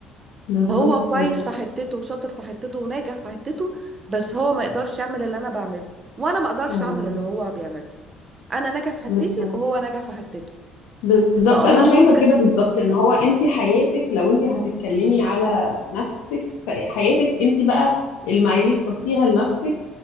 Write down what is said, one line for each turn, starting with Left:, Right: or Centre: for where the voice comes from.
Left: بالظبط
Right: هو كويس
Left: بالظبط
Right: في حتته وشاطر في حتته وناجح في حتته بس هو ما يقدرش يعمل اللي انا بعمله وانا ما اقدرش
Left: آه.
Right: اعمل اللي هو بيعمله انا ناجح في حتتي
Left: بالظبط
Right: وهو ناجح في حتته
Left: بالظبط
Right: فقصدي
Left: انا شايفه
Right: ممكن
Left: كده بالظبط ان هو انت حياتك لو انت هتتكلمي على نفسك فحياتك انت بقى المعايير اللي تحطيها لنفسك